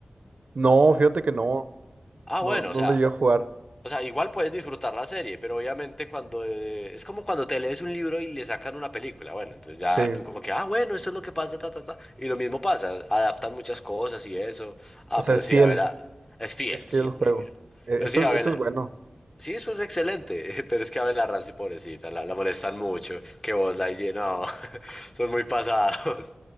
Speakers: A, on the right; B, on the left.
A: No, fíjate que no,
B: Ah,
A: no,
B: bueno,
A: no
B: o sea,
A: lo llegué a jugar.
B: o sea, igual puedes disfrutar la serie, pero obviamente cuando... eh, es como cuando te lees un libro y le sacan una película. Bueno, entonces
A: Sí,
B: ya tú como que, ah, bueno, eso es lo que pasa, ta, ta, ta. Y lo mismo pasa, adaptan muchas cosas y eso. Ah,
A: o sea,
B: pero
A: es
B: sí,
A: fiel,
B: a ver, ah, es fiel,
A: es fiel
B: sí,
A: al
B: es
A: juego.
B: muy fiel.
A: E-
B: Pero
A: Eso,
B: sí, a
A: es-
B: ver,
A: eso es bueno.
B: Sí, eso es excelente, <laughs> pero es que a ver la Ramsey, pobrecita, la, la molestan mucho, que vos la higiene, no, <laughs> son muy pasados.